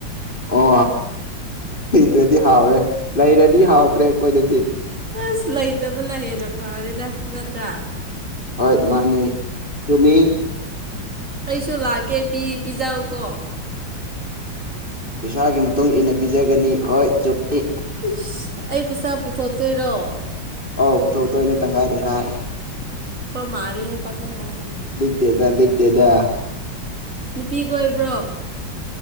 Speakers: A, on the left; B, on the right.
A: ꯑꯣ ꯂꯩꯇ꯭ꯔꯗꯤ ꯍꯥꯎꯔꯦ ꯂꯩꯔꯗꯤ ꯍꯥꯎꯇ꯭ꯔꯦ ꯑꯩꯈꯣꯏꯗꯗꯤ
B: ꯑꯁ ꯂꯩꯇꯕꯅ ꯍꯦꯟꯅ ꯐꯔꯦꯗ ꯅꯠꯇ꯭ꯔꯥ
A: ꯍꯣꯏ ꯃꯥꯅꯤ ꯇꯃꯤ
B: ꯑꯩꯁꯨ ꯂꯥꯛꯀꯦ ꯄꯤ ꯄꯤꯖꯥꯎ ꯀꯣ
A: ꯄꯩꯁꯥꯒꯤ ꯃꯇꯨꯡ ꯏꯟꯅ ꯄꯤꯖꯒꯅꯤ ꯍꯣꯏ ꯆꯨꯝꯅꯤ
B: ꯏꯁꯁ ꯑꯩ ꯄꯩꯁꯥ ꯄꯨꯊꯣꯛꯇꯣꯏꯔꯣ
A: ꯑꯧ ꯄꯨꯊꯣꯛꯇꯣꯏꯅꯦ ꯇꯪꯈꯥꯏ ꯇꯪꯈꯥꯏ
B: ꯃꯥꯂꯦ ꯍꯦ ꯄꯥꯈ ꯃꯥ
A: ꯂ ꯂꯤꯈꯇꯦꯗ ꯂ ꯂꯤꯈꯇꯦꯗ
B: ꯅꯨꯄꯤꯒ ꯑꯣꯏꯕ꯭ꯔꯣ